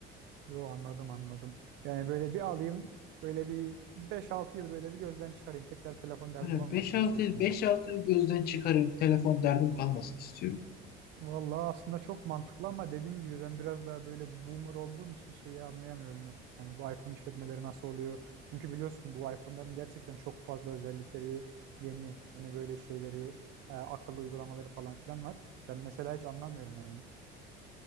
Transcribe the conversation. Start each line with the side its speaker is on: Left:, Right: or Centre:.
Right: Yo anladım anladım. Yani böyle bir alayım, böyle bir beş altı yıl böyle bir gözden çıkarayım. Tekrar telefon derdim
Left: Hani
Right: olmasın
Left: beş altı
Right: istiyorsun
Left: yıl, 5-6
Right: yani.
Left: yıl gözden çıkarayım, telefon derdim kalmasın istiyorum.
Right: Vallahi aslında çok mantıklı ama dediğim gibi ben biraz daha böyle boomer olduğum için şeyi anlayamıyorum. Yani bu iPhone işletmeleri nasıl oluyor? Çünkü biliyorsun bu iPhone'ların gerçekten çok fazla özellikleri, yeni yeni böyle şeyleri, e, akıllı uygulamaları falan filan var. Ben mesela hiç anlamıyorum yani.